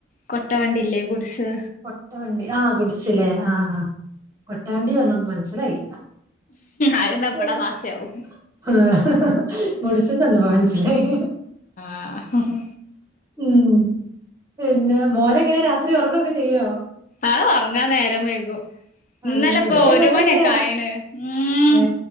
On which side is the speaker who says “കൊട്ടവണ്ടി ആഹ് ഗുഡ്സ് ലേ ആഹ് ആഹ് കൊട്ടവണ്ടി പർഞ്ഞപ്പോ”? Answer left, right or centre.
Right